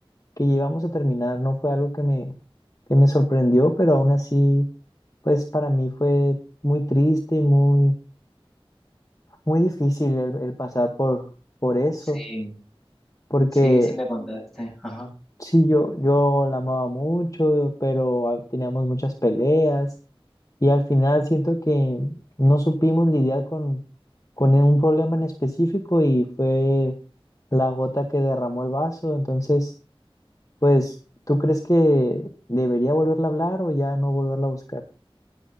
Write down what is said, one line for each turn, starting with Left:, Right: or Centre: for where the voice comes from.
Left: que íbamos a terminar, no fue algo que me, que me sorprendió, pero aún así, pues para mí fue muy triste y muy muy difícil el, el pasar por, por eso,
Centre: Sí,
Left: porque
Centre: sí, sí me contaste. Ajá.
Left: sí, yo, yo la amaba mucho, pero ah, teníamos muchas peleas y al final siento que no supimos lidiar con, con un problema en específico y fue la gota que derramó el vaso. Entonces, pues, ¿tú crees que debería volverla a hablar o ya no volverla a buscar?